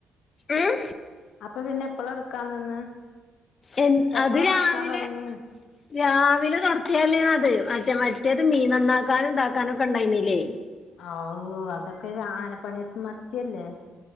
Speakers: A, on the left (about 40°); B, on the left (about 80°).
A: ഉം
B: അപ്പൊ പിന്നെ എപ്പള എടുക്കാ നിന്ന്
A: എ
B: എപ്പളാ
A: അത് രാവിലെ
B: വെക്കാൻ തുടങ്ങീന്ന്
A: രാവിലെ തുടത്തിയാലേ അത് മറ്റേ മറ്റേത് മീൻ നന്നാക്കാനും ഇതാക്കാനും ഒക്കെ ഉണ്ടായിന്നില്ലേ
B: ആവു അതൊക്കെ ആനപ്പണിയത്ത് മത്തിയല്ലേ